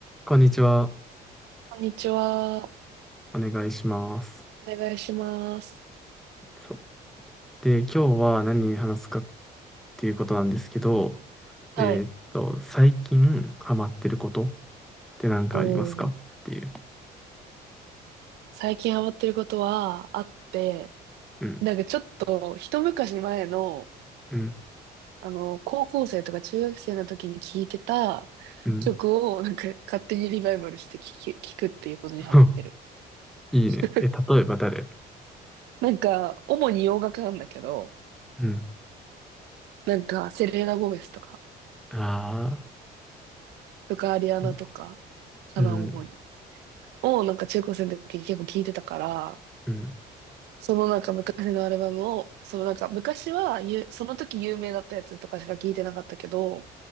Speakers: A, in the centre; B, on the right.
A: こんにちは。
B: こんにちは。
A: お願いします。
B: お願いします。
A: そうで、今日は何に話すかっていうことなんですけど、
B: はい。
A: えーっと、最近ハマってることって何かありますかっていう。
B: うん。最近ハマってることはあって、
A: うん、
B: なんかちょっと一昔前の、
A: うん、
B: あの、高校生とか中学生の時に聴いてた
A: うん。
B: 曲を、なんか勝手にリバイバルして聴く、聴くっていうことにハマってる。
A: <laughs> いいね。
B: <laughs>
A: え、例えば誰
B: なんか、主に洋楽なんだけど、
A: うん。
B: なんか、セレーナ・ゴメスとか、
A: ああ、
B: とか、アリアナとか、
A: うん、
B: かな、
A: うん、
B: 主に。を、なんか中高生の時に結構聴いてたから、
A: うん、
B: そのなんか昔のアルバムを、そのなんか昔はゆ、その時有名だったやつとかしか聞いてなかったけど、